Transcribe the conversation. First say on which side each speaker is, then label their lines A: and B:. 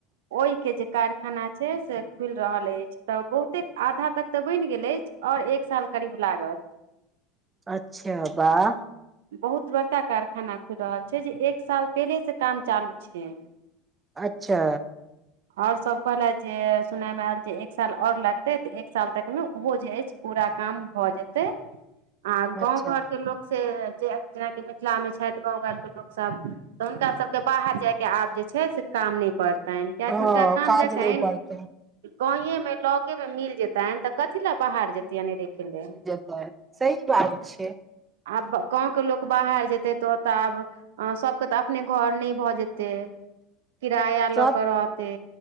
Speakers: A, on the right; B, on the right.
A: ओइ के जे कारखाना छै। से खुलि रहल अछि। तऽ बहुते आधा तक तऽ बनि गेल अछि। और एक साल करीब लागत।
B: अच्छा बाह।
A: बहुत बड़का कारखाना खुल रहल छै। जे एक साल पहिले से काम चालू छै।
B: अच्छा।
A: और सब कहलैथ जे सुनायमे आयल जे एक साल और लगते तऽ एक साल तक मे ओहो जे अछि। पूरा काम भऽ जेतै। आ
B: अच्छा
A: गाँंव घर के लोक से जे जेनाकि मिथिलामे छैथ। गाँव घरके लोकसब तऽ हुनका सभके बाहर जायके आब जे छै। से काम नय पड़तैन। किया
B: हँ
A: कि हुनका काम
B: काज
A: <unintelligible> जतैन
B: नहि पड़तै
A: गावें मे लगे मे मिल जेतैन तऽ कथी लए बाहर जतैय अनेरेे के ल
B: तऽ सही बात छै।
A: आब गाँव के लोक बाहर जेतै तौव तऽ आब अहा सबके तऽ अपने घर नहीं भऽ जेतै किराया
B: सब
A: लऽ के रहते।